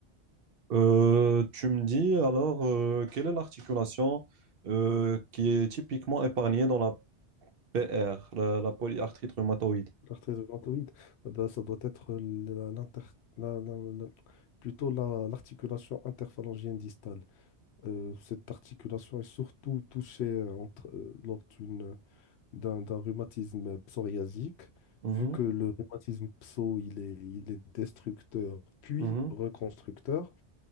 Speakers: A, on the right; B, on the left.
A: Euh, tu me dis alors, euh, quelle est l'articulation euh, qui est typiquement épargnée dans la PR, la, la polyarthrite rhumatoïde?
B: L'arthrite rhumatoïde, eh ben, ça doit être la- l'inter- la- la- la- plutôt la- l'articulation interphalangienne distale. Euh, cette articulation est surtout touchée euh, entre, euh, lors d'une d'un d'un rhumatisme psoriasique,
A: Mhm,
B: vu que le rhumatisme pso, il est, il est destructeur puis
A: mhm.
B: reconstructeur,